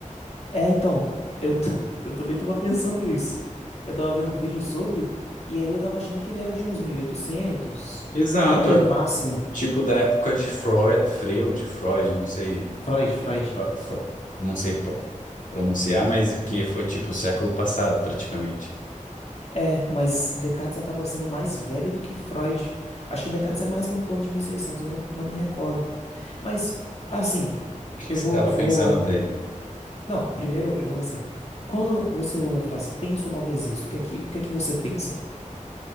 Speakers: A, on the left (about 50°); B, on the left (about 75°).
A: É, então, eu, t- <laughs> eu também tava pensando isso. Eu tava vendo um vídeo sobre, e aí eu tava achando que ele era de uns 1800
B: Exato.
A: por aí
B: é.
A: no máximo.
B: Tipo da época de Freud, Freud, Freud, não sei,
A: Freud, Freud.
B: ah, Fro- não sei pro- pronunciar, mas que foi tipo século passado praticamente.
A: É, mas Descartes acaba sendo mais velho do que Freud. Acho que Descartes é mais para um ano de mil e seiscentos eu não, não me recordo. Mas, assim,
B: O que
A: eu
B: que
A: vou,
B: você estava
A: vou
B: pensando dele?
A: Não, primeiro eu vou assim. Quando você ouve a frase penso logo existo, o que é que, o que é que você pensa?